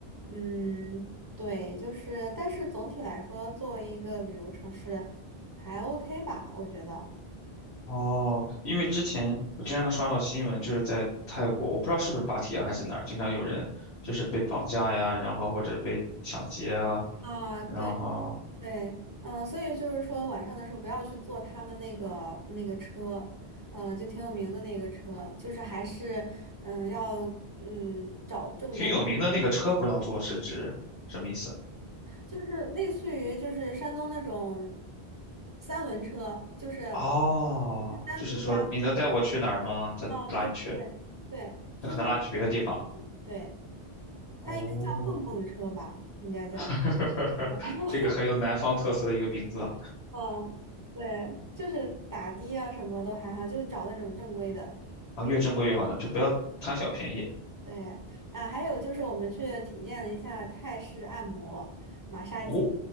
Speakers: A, on the right; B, on the left.
A: 嗯，对，就是，但是总体来说，作为一个旅游城市，还 OK 吧，我觉得。
B: 哦，因为之前我经常能刷到新闻，就是在泰国，我不知道是不是芭提雅还是哪儿，经常有人就是被绑架呀，
A: 嗯
B: 然后或者被抢劫啊，
A: 啊，对。
B: 然后
A: 对，嗯，所以就是说晚上的时候不要去坐他们那个那个车，嗯，就挺有名的那个车，就是还是嗯要嗯找正规，
B: 挺有名的那个车不要坐是指什么意思？
A: 就是类似于就是山东那种三轮车，就是
B: 哦，
A: 单独拉客的
B: 就是说你能带我去哪儿吗？他拉你去，
A: 啊，对对对对，就是那种车比较可能对，
B: 他可能拉你去别的地方。哦，
A: 它应该叫蹦蹦车吧，应该叫。
B: <laughs>
A: <laughs>
B: 这个很有南方特色的一个名字啊，
A: 嗯，对，就是打的啊，什么都还好，就是找那种正规的。
B: 啊，越正规越好呢，就不要贪小便宜。
A: 对啊，还有就是我们去体验了一下泰式按摩、马杀鸡，
B: 哦，